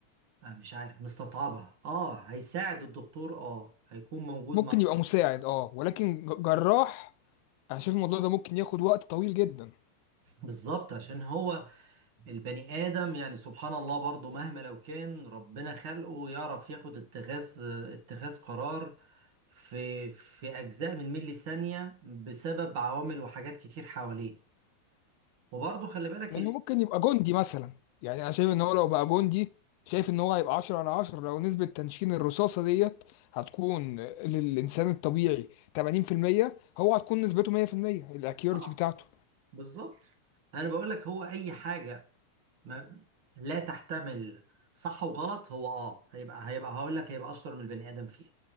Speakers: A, on the right; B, on the left.
A: آه مش عارف مستصعبها اه هيساعد الدكتور اه هيكون موجود
B: ممكن
A: مع
B: يبقى مساعد اه ولكن ج- جراح انا شايف الموضوع ده ممكن ياخد وقت طويل جدا
A: بالظبط عشان هو البني آدم يعني سبحان الله برضو مهما لو كان ربنا خلقه يعرف ياخد اتخاذ اتخاذ قرار في في أجزاء من ملي ثانية بسبب عوامل وحاجات كتير حواليه وبرضو خلي بالك
B: يعني هو ممكن يبقى جندي مثلا يعني انا شايف ان هو لو بقى جندي شايف ان هو هيبقى 10 على 10 لو نسبة تنشين الرصاصة ديت هتكون للإنسان الطبيعي 80% هو هتكون نسبته 100% الأكيوريتي
A: ال...
B: بتاعته
A: بالظبط انا بقول لك هو اي حاجه ما لا تحتمل صح وغلط هو اه هيبقى هيبقى هقول لك هيبقى اشطر من البني ادم فيها